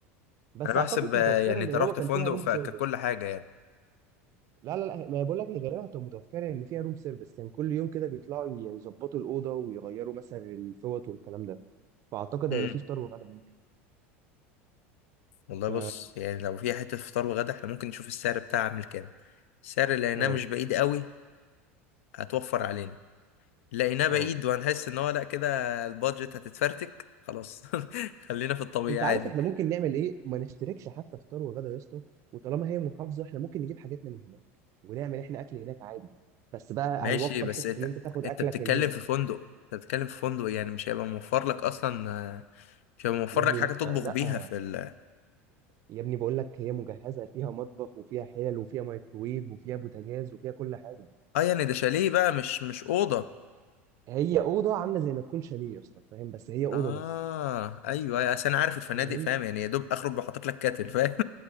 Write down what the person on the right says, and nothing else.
بس
اعتقد
متوفره
لان
هو كان
فيها روم
سيرفيس
لا لا لا ما أنا بقول لك هي غالبا هتبقى متوفره ان فيها روم سيرفيس كان كل يوم كده بيطلعوا يظبطوا الاوضه ويغيروا مثلا الفوط والكلام ده فاعتقد
هيبقى فيه فطار وغدا ممكن
ف
اه
اه
انت
عارف احنا ممكن نعمل ايه ما نشتركش حتى فطار وغدا يا اسطى وطالما هي محافظه احنا ممكن نجيب حاجاتنا من هناك ونعمل احنا اكل هناك عادي بس بقى
هنوفر
حته
ان انت تاخد
اكلك
من هنا
يا ابني
لا
لا
يا ابني بقول لك هي مجهزه فيها مطبخ وفيها حلل وفيها مايكرويف وفيها بوتاجاز وفيها كل حاجه
هي اوضه عامله زي ما تكون شاليه يا اسطى فاهم بس هي اوضه
بس
فاهم